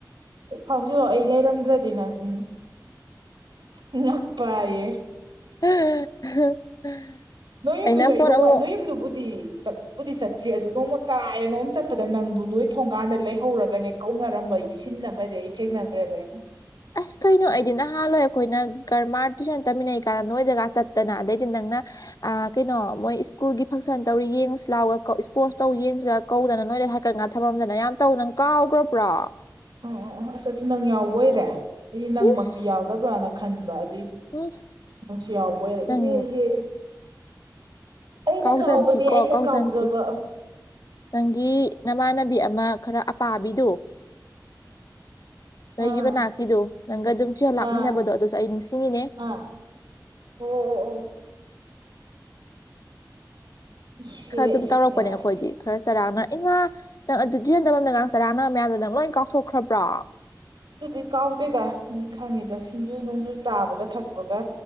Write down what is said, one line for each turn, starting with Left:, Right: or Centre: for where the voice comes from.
Right: ꯐꯥꯎꯁꯤꯜꯂꯛ ꯑꯩ ꯂꯩꯔꯝꯗ꯭ꯔꯗꯤ ꯅꯪ ꯎ ꯉꯥꯛꯄꯌꯦ
Left: <inaudible>
Right: ꯅꯣꯏ ꯌꯨꯝꯗꯨꯁꯨ
Left: ꯑꯩꯅ
Right: ꯑꯩ
Left: ꯐꯣꯟ
Right: ꯅꯣꯡꯃꯏ
Left: ꯑꯃꯨꯛ
Right: ꯅꯣꯏ ꯌꯨꯝꯗꯨꯕꯨꯗꯤ ꯄꯨꯕꯨꯗꯤ ꯆꯠꯇ꯭ꯔꯤ ꯑꯗꯨ ꯅꯣꯡꯃ ꯀꯥꯏꯅꯣꯃꯝ ꯆꯠꯄꯗ ꯅꯪꯗꯨ ꯅꯣꯏ ꯊꯣꯡꯒꯥꯟꯗ ꯂꯩꯍꯧꯔꯒꯅꯦ ꯀꯧꯅꯔꯝꯕ ꯁꯤꯟ ꯑꯃꯗꯤ ꯑꯩ ꯊꯦꯡꯅꯈ꯭ꯔꯦꯕ ꯑꯩꯅ
Left: ꯑꯁ ꯀꯩꯅꯣ ꯑꯩꯗꯤ ꯅꯍꯥꯟꯋꯥꯣꯏ ꯑꯩꯈꯣꯏꯅ ꯀꯔꯃꯔ ꯇꯨꯏꯁꯟ ꯇꯝꯃꯤꯟꯅꯩ ꯀꯥꯟꯗ ꯅꯣꯏꯗꯒ ꯆꯠꯇꯅ ꯑꯗꯩꯗꯤ ꯅꯪꯅ ꯑ ꯀꯩꯅꯣ ꯃꯣꯏ ꯁ꯭ꯀꯨꯜꯒꯤ ꯐꯪꯁꯟ ꯇꯧꯔꯤ ꯌꯦꯡꯉꯨꯁꯤ ꯂꯥꯎꯒ ꯏꯁꯄꯣꯔꯠꯁ ꯇꯧ ꯌꯦꯡꯁꯤ ꯀꯧꯗꯅ ꯅꯣꯏꯗ ꯍꯥꯏꯀꯠ ꯉꯥ ꯊꯝꯃꯝꯗꯅ ꯌꯥꯝ ꯇꯧꯅꯪ ꯀꯥꯎꯈ꯭ꯔꯕ꯭ꯔꯥ
Right: ꯑ ꯑ ꯑ ꯑꯁ ꯑꯗꯨ ꯅꯪ ꯌꯥꯎꯕꯣꯏꯔꯦ ꯑꯩ ꯅꯪꯃꯛꯇꯤ
Left: ꯏꯁ
Right: ꯌꯥꯎꯗꯕ꯭ꯔꯅ ꯈꯟꯕ ꯑꯗꯨꯏꯗꯤ
Left: ꯎꯝ
Right: ꯑꯁꯤ ꯌꯥꯎꯕ
Left: ꯅꯪ
Right: ꯍ ꯍ ꯑꯩꯅ
Left: ꯀꯥꯎꯖꯟꯊꯤꯀꯣ
Right: ꯀꯥꯎꯕꯅꯤ ꯑꯩꯅ
Left: ꯀꯥꯎꯖꯟꯊꯤ
Right: ꯀꯥꯎꯖꯕ
Left: ꯅꯪꯒꯤ ꯅꯃꯥꯟꯅꯕꯤ ꯑꯃ ꯈꯔ ꯑꯄꯥꯕꯤꯗꯣ ꯅꯣꯏꯒꯤ
Right: ꯑꯥ
Left: ꯃꯅꯥꯛꯀꯤꯗꯣ ꯅꯪꯒ ꯑꯗꯨꯝ ꯆꯨꯍꯜꯂꯥꯛꯃꯤꯟꯅꯕꯗꯣ
Right: ꯑꯥ
Left: ꯑꯗꯨꯁꯨ ꯑꯩ ꯅꯤꯡꯁꯤꯡꯉꯤꯅꯦ
Right: ꯑꯥ ꯑꯣ ꯑꯣ ꯑꯣ ꯏꯁꯦ
Left: ꯈꯔ ꯑꯗꯨꯝ
Right: ꯏꯁꯦ
Left: ꯇꯧꯔꯛꯄꯅꯦ ꯑꯩꯈꯣꯏꯗꯤ
Right: ꯑꯁ
Left: ꯈꯔ ꯆꯔꯥꯡꯅꯔ ꯏꯃꯥ ꯅꯪ ꯑꯗꯨꯗꯤꯣꯟꯗꯝꯗꯒꯥꯡ ꯆꯔꯥꯡꯅꯕ ꯃꯌꯥꯝꯗꯣ ꯅꯪ ꯂꯣꯏ ꯀꯥꯎꯊꯣꯛꯈ꯭ꯔꯕ꯭ꯔꯣ
Right: ꯑꯗꯨꯗꯤ ꯀꯥꯎꯗꯦꯗ ꯈꯪꯉꯤꯗ ꯁꯤꯡꯖꯨ ꯅꯨꯡꯖꯨ ꯆꯥꯕꯒ ꯊꯛꯄꯒ